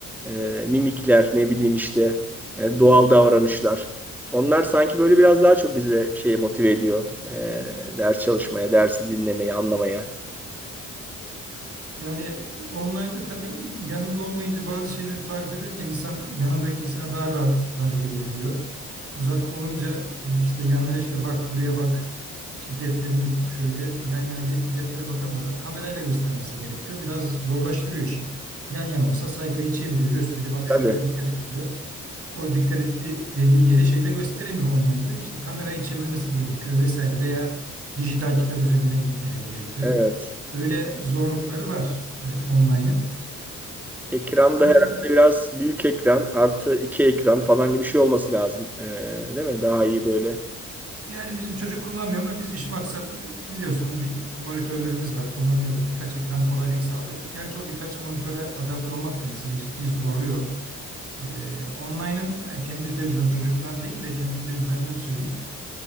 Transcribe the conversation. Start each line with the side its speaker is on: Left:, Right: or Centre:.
Centre: e, mimikler ne bileyim işte e, doğal davranışlar. Onlar sanki böyle biraz daha çok bize şeye motive ediyor. e, ders çalışmaya, dersi dinlemeye, anlamaya.
Right: Yani online'da tabii yanında olmayınca bazı şeyleri tarif ederken insan yanındaki insana daha rahat tarif edebiliyor. Uzakta olunca e, işte yanına işte bak buraya bak işte defterimi şöyle yan yana gelip bir deftere bakamıyorlar. Kamerayla göstermesi gerekiyor. Biraz zorlaştırıyor işi. Yan yana olsa sayfayı çeviriyor, gösteriyor. Bak şuraya
Centre: Tabii.
Right: dikkat et diyor. O dikkat etti dediğin yeri şeyde gösteremiyor online'da. İşte kamerayı çevirmesi gerekiyor vesaire veya dijital kitap üzerinden gitmeleri gerekiyor.
Centre: Evet.
Right: Öyle zorlukları var e, online'ın.
Centre: Ekran
Right: Ama
Centre: da herhalde biraz büyük ekran artı iki ekran falan gibi bir şey olması lazım. E, değil mi? Daha iyi böyle.
Right: yani bizim çocuk kullanmıyor ama biz iş maksatlı bi- biliyorsun bir monitörlerimiz var kullanıyoruz. Birkaç ekran kolaylık sağlıyor. Gerçi o birkaç monitöre adapte olmak da insanı ciddi zorluyor. E, online'ın yani kendi tecrübem çocuktan değil de kendi tecrübemden söyleyeyim.